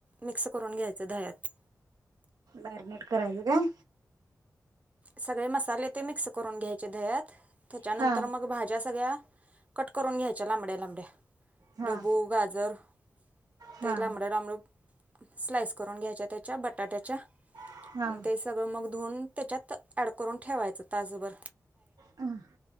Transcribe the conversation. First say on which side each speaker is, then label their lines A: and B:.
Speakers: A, on the right (about 25°); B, on the right (about 80°).
A: मिक्स करून घ्यायचं दह्यात
B: मॅरीनेट करायचं काय?
A: सगळे मसाले ते मिक्स करून घ्यायचे दह्यात त्याच्यानंतर
B: हा
A: मग भाज्या सगळ्या कट करून घ्यायच्या लांबड्या लांबड्या
B: हा
A: ढब्बू गाजर
B: हा
A: ते लामडं लामड स्लाईस करून घ्यायच्या त्याच्या बटाट्याच्या
B: हा
A: आणि ते सगळं मग धुऊन त्याच्यात ॲड करून ठेवायचं तास भर
B: हम